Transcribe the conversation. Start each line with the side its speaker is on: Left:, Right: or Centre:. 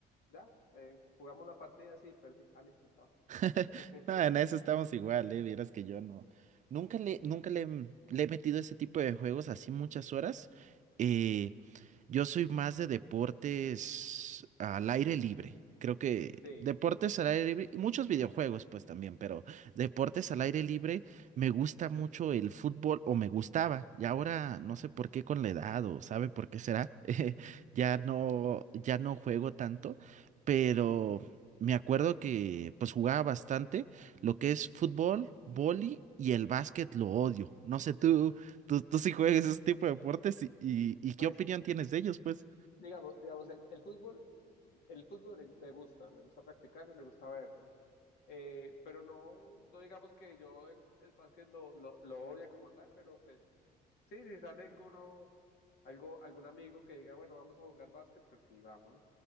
Left: ya, eh, jugamos una partida, así, perdí, ah, listo, chao.
Right: <laughs>
Left: <laughs>
Right: No, en eso estamos igual, eh. Vieras que yo no. Nunca le, nunca le, le he metido ese tipo de juegos así muchas horas. eh, yo soy más de deportes al aire libre. Creo que
Left: Sí,
Right: deportes al aire libre y muchos videojuegos pues también, pero deportes al aire libre me gusta mucho el fútbol o me gustaba. Y ahora no sé por qué con la edad o sabe por qué será. <laughs> eh, ya
Left: sí.
Right: no ya no juego tanto, pero me acuerdo que pues jugaba bastante lo que es fútbol, vóley y el básquet lo odio. No sé tú Tú, tú sí juegas ese tipo de deportes y, y- y ¿qué
Left: Pues,
Right: opinión tienes de ellos, pues?
Left: digamos, digamos, el, el fútbol, el fútbol me me gusta, me gusta practicarlo y me gusta verlo. Eh, pero no, no digamos que yo el, el básquet lo, lo, lo odie como tal, pero pues sí, si sale alguno Algo, algún amigo que diga, bueno, vamos a jugar básquet, pues sí, vamos.